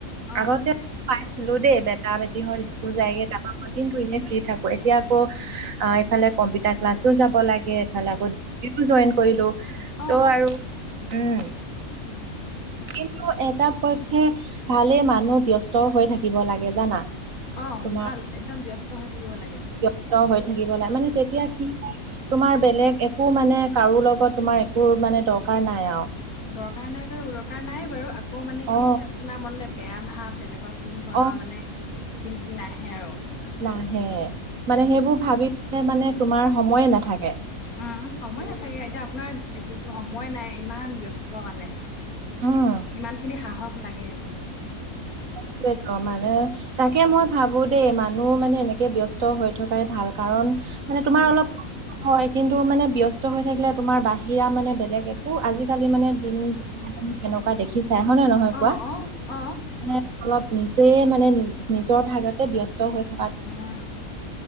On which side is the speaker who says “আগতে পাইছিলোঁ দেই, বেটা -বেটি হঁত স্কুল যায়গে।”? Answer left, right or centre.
Right